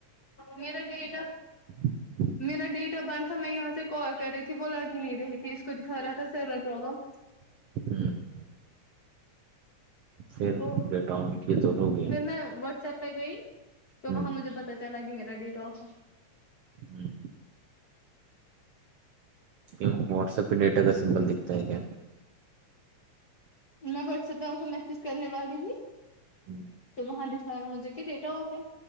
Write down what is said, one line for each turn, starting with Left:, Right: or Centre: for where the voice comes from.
Left: میرا ڈیٹ آ
Right: ہاں
Left: میرا ڈیٹ آف برتھ تھا میں یہاں سے کال کر رہی تھی وہ لگ ہی نہیں رہی تھی اس کو دکھا رہا تھا سر پرابلم
Right: ہوں پھر
Left: تو
Right: ڈیٹا آن کیے تو ہو گیا ہوں
Left: پھر میں واٹسپ پہ گئی تو وہاں
Right: ہوں
Left: مجھے پتا لگی میرا ڈیٹاک
Right: جی کیوں واٹسپ پہ ڈیٹا کا سمبل دکھتا ہے کیا
Left: میں واٹسپ پہ کو میسج کرنے والی ہوں
Right: ہوں
Left: تو وہاں دکھایا مجھے کہ بیٹا ہو کیا